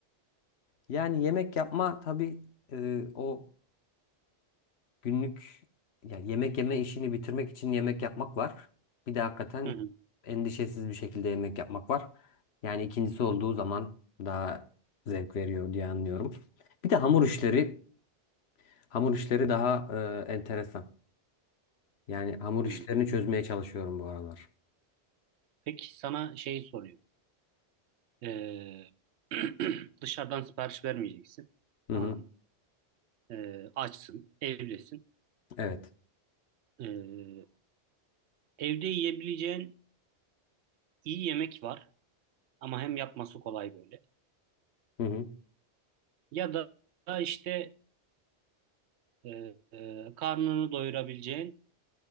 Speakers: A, on the left; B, on the right.
A: Yani yemek yapma tabii e, o günlük yani yemek yeme işini bitirmek için yemek yapmak var. Bir de hakikaten
B: Hı hı.
A: endişesiz bir şekilde yemek yapmak var. Yani ikincisi olduğu zaman daha zevk veriyor diye anlıyorum. Bir de hamur işleri, hamur işleri daha e, enteresan. Yani hamur
B: hı.
A: işlerini çözmeye çalışıyorum bu aralar.
B: Peki sana şey sorayım. Eee, <clears throat> dışarıdan sipariş vermeyeceksin.
A: Hı
B: Tamam
A: hı.
B: mı? Eee, açsın, evdesin.
A: Evet.
B: Eee, evde yiyebileceğin iyi yemek var. Ama hem yapması kolay böyle.
A: Hı hı.
B: Ya da da işte e, e, karnını doyurabileceğin